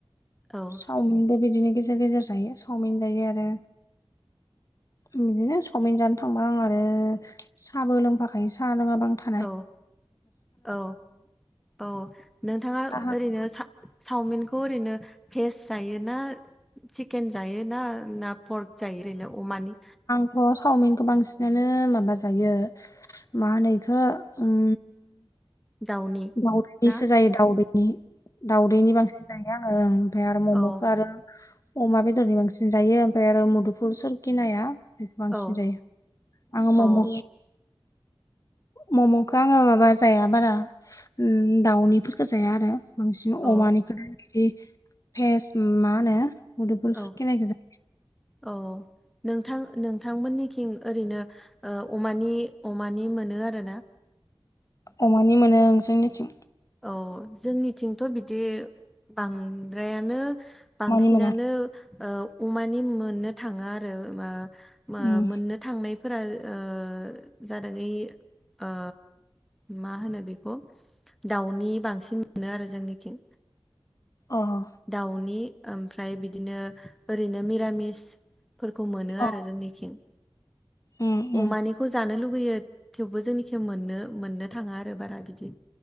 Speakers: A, in the centre; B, on the left.
A: औ
B: चावमिनबो बिदिनो गेजेर गेजेर जायो चावमिन जायो आरो बिदिनो सावमिन जानो थांबा आं आरो साहाबो लोंफाखायो। साहा लोङाबा आं था
A: औ औ औ नोंथाङा
B: साहाखौ
A: ओरैनो सा सावमिनखौ ओरैनो भेेज जायो ना चिकेन जायोना ना पर्क जायो ओरैनो अमानि
B: अ सावमिनखौ बांसिनानो माबा जायो मा होनो इखो ओम
A: दाउनि
B: दाउदैनिसो
A: ना
B: जायो दाउदैनि। दाउदैनि बांसिन जायो आङो ओं ओमफाय आरो मम'खो
A: औ
B: आरो अमा बेदरनि बांसिन जायो ओमफाय आरो मुदुफुल सरकिनाया बेखौ बांसिन
A: औ
B: जायो। आङो
A: औ
B: मम' मम'खो आङो माबा जाया बारा ओम दाउनिफोरखो जाया आरो बांसिन
A: औ
B: अमानिखो बिदि भेस मा होनो मुदुफुल
A: औ
B: सुरखिनायखो जा
A: औ नोंथां नोंथांमोननिखिं ओरैनो ओ अमानि अमानि मोनो आरो ना।
B: अमानि मोनो ओं जोंनिथिं।
A: औ जोंनिथिंथ' बिदि बांद्रायानो बांसिनानो
B: अमानि मोना
A: ओ अमानि मोननो थाङा आरो मा मा
B: उम,
A: मोननो थांनायफोरा ओ जादों ओइ ओ मा होनो बेखौ दाउनि बांसिन मोनो आरो जोंनिखिं।
B: अह।
A: दाउनि ओमफ्राय बिदिनो ओरैनो मिरामिस फोरखौ मोनो
B: अ
A: आरो जोंनिथिं।
B: उम
A: अमानिखौ
B: उम,
A: जानो लुगैयो। थेवबो जोंनिखि मोननो मोननो थाङा आरो बारा बिदि